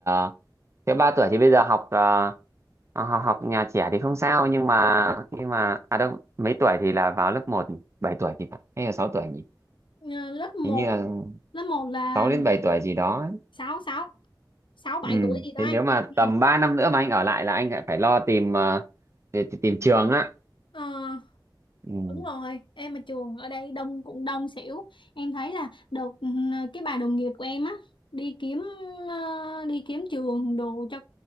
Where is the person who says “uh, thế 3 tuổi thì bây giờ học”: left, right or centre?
Right